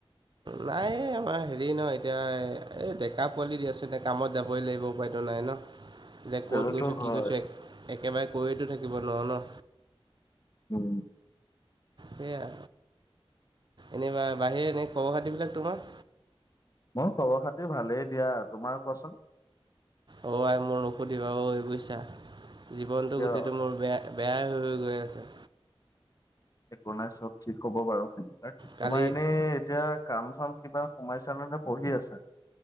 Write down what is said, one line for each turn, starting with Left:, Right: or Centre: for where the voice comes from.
Right: নাই, আমাৰ হেৰি ন', এতিয়া এই, ডেকা পোৱালি দি আছোঁ। এনেই কামত যাবই লাগিব, উপায়টো নাই ন'।
Left: <inaudible>
Right: যে ক'ত গৈছোঁ
Left: হয়
Right: কি কৰিছোঁ এক একেবাৰে কৈয়তো থাকিব নোৱাৰোঁ ন।
Left: উম।
Right: সেয়াা এনেবা বাহিৰে এনেই খবৰ খাতিবিলাক তোমাৰ?
Left: মোৰ খবৰ- খাতি ভালেই দিয়া। তোমাৰ কোৱাচোন?
Right: অ'! আই, মোৰ নুসুধিবা, ঐ বুইছা। জীৱনটো
Left: কিয়
Right: গোটেইটো মোৰ বেয়া! বেয়াই হৈ হৈ গৈ আছে।
Left: একো নাই, চব ঠিক হ'ব বাৰু সেইবিলাক।
Right: কালি
Left: তোমাৰ এনেই, এতিয়া কাম- চাম কিবা সোমাইছে নে, পঢ়ি আছা?